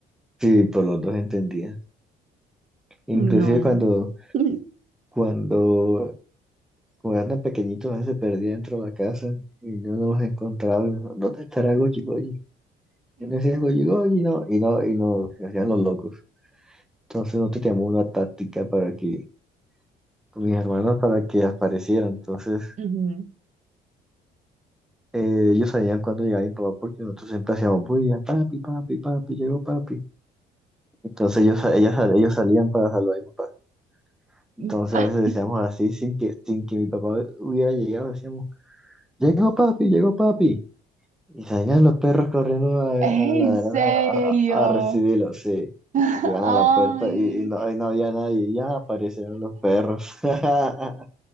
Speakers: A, in the centre; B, on the right.
A: sí, por los dos entendía. Inclusive
B: No.
A: cuando,
B: <laughs>
A: cuando, cuando eran pequeñitos, a veces se perdía dentro de la casa y no nos encontraba. Y no, ¿dónde estará Goyi Goyi? Yo le decía Goyi Goyi, no, y no, y no, se hacían los locos. Entonces nosotros teníamos una táctica para que, con mis hermanos, para que aparecieran. Entonces
B: Ujú.
A: eh, ellos sabían cuándo llegaba mi papá porque nosotros siempre hacíamos bulla, papi, papi, papi, llegó papi. Entonces ellos, sa- ellas, sal- ellos salían para saludar a mi papá. Entonces
B: Y- ah?
A: a veces decíamos así, sin que, sin que mi papá hubiera llegado, decíamos, llegó papi, llegó papi. Y salían los perros corriendo a, a
B: ¿En
A: ladrar
B: serio?
A: a, a- a recibirlo, sí.
B: <laughs> Ay.
A: Y llegan a la puerta y, y no, y no había nadie, ya aparecieron los perros. <laughs> Ajá,